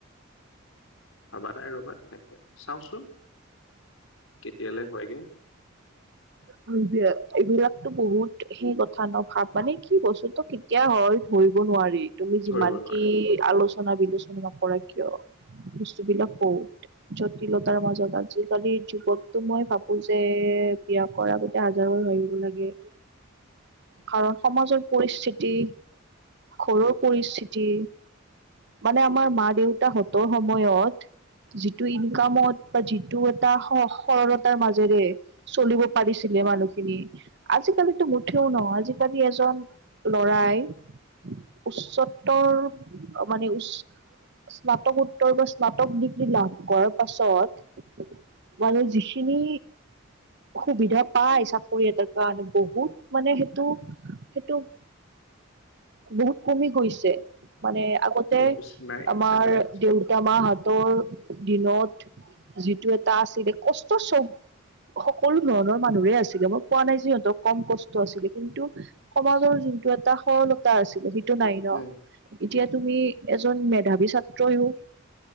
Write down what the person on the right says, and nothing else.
<unintelligible> এইবিলাকতো বহুত সেই কথা ন' ভাব মানে কি বস্তুটো কেতিয়া হয় ধৰিব নোৱাৰি, তুমি
যিমান
কি আলোচনা বিলোচনা নকৰা কিয়। বস্তুবিলাক ক'ত? জটিলতাৰ মাজত আজিকালিৰ যুগততো মই ভাবো যে বিয়া কৰা আগতে হাজাৰবাৰ ভাবিব লাগে। কাৰণ সমাজৰ পৰিস্থিতি ঘৰৰ পৰিস্থি তি মানে আমাৰ মা-দেউতা হঁতৰ সময়ত যিটো ইনকামত বা যিটো এটা স-সৰলতাৰ মাজেৰে চলিব পাৰিছিলে মানুহখিনি আজিকালিতো মুঠেও নহয়। আজিকালি এজন লৰাই উচ্চতৰ মানে উচ স্নানাকোত্তৰ বা স্নাতক ডিগ্ৰী লাভ কৰাৰ পাছত। মানে যিখিনি সুবিধা পাই চাকৰি এটাৰ কাৰণে বহুত মানে সেইটো সেইটো বহুত কমি গৈছে। মানে আগতে
আমাৰ
দেউ <unintelligible> দিনত যিটো এটা আছিলে। কষ্ট চব সকলো ধৰণৰ মানুহৰে আছিলে মই কোৱা নাই যে সিহঁতক কম কষ্ট আছিলে। কিন্তু সমাজৰ যিতো এটা সৰলতা আছিলে সেইটো নাই ন?
এতিয়া তুমি এজন মেধাৱী ছাত্ৰইও।